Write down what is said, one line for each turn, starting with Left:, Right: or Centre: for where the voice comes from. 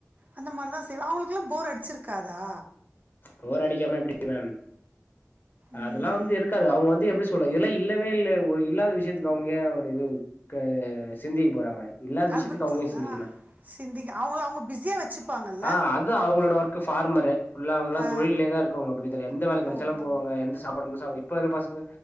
Right: அந்த மாரி தான் செய்வா அவங்களுக்குல்லா போர் அடிச்சிருக்காதா
Left: போர் அடிக்காம எப்டி மேம்
Right: ம்
Left: அதெல்லாம் வந்து இருக்காது அவங்க வந்து எப்டி சொ இதெல்லா இல்லவே இல்ல ஒரு இல்லாத விஷயத்துக்கு அவங்க ஏன் ஒரு இது க்கே சிந்திக்க போறாங்க இல்லாத
Right: அது
Left: விஷயத்துக்கு
Right: பற்றி
Left: அவங்க‌ ஏன் சிந்திக்கணு
Right: ஆ சிந்திக்க அவங்கள அவங்க பிஸியாக வச்சுப்பாங்கல்ல
Left: ஆ அது அவங்களோட ஒர்க் ஃபார்மரு ஃபுள்ளா அவங்களா
Right: ஆ
Left: தொழிலேதான் இருக்கங்க அப்டி கிடையாது இந்த வேல கிடைச்சாலும்
Right: ஆமாம்
Left: போவாங்க எந்த சாப்பாடு இந்த இப்ப இரு பசங்க